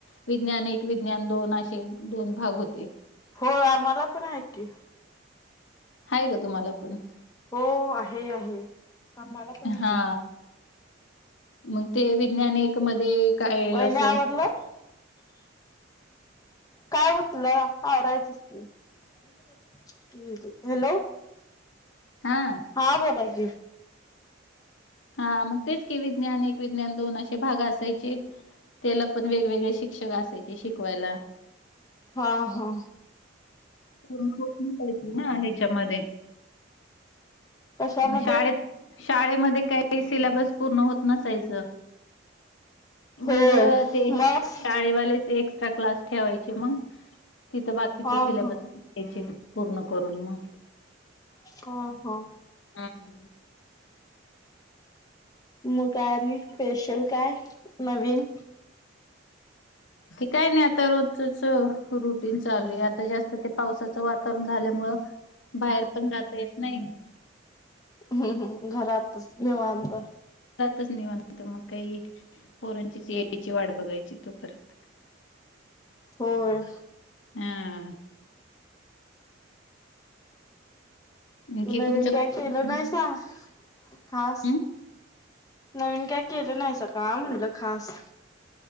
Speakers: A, on the left (about 70°); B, on the left (about 20°).
A: विज्ञान एक विज्ञान दोन असे दोन भाग होते.
B: हो आम्हाला पण हायत कि.
A: हाय का तुम्हाला पण?
B: हो आहे आहे आम्हाला पण आहे.
A: हा मग ते विज्ञान एक मध्ये काय
B: वहिनी
A: असं
B: आवरलं काय उठ तुला आवरायचच की हॅलो
A: हा
B: हा बोला कि
A: हा मग तेच की विज्ञान एक विज्ञान दोन असे भाग असायचे त्याला पण वेगवेगळे शिक्षक असायचे शिकवायला
B: हा हा.
A: पूर्ण होत नसायची ना ह्याच्यामध्ये
B: कशामध्ये
A: शाळेत शाळेमध्ये काही काही सिलेबस पूर्ण होत नसायचं.
B: होय
A: मंग ते
B: मस्त
A: शाळेवालेचे एक एस्ट्रा क्लास ठेवायचे मग तिथं बाकीच
B: हा
A: सिलेबस
B: हा
A: त्याची पूर्ण करून मग
B: ह ह
A: हम्
B: मग काय आणि स्पेशल काय नवीन?
A: काही नाही आता रोजचच रुटीन चालू आहे आता जास्त काय नाही. पावसाचं वातावरण झाल्यामुळे बाहेर पण जाता येत नाही.
B: हम्म हम् घरातच निवांत.
A: घरातच निवांत मग काय पोरं यायची वाट बघायची तोपर्यंत.
B: होय
A: हम्म आणखी
B: नवीन
A: तुमच्याकडे
B: काय केलं नाहीसा. खास
A: हम्म
B: नवीन काय केलं नाही सा का म्हणलं खास?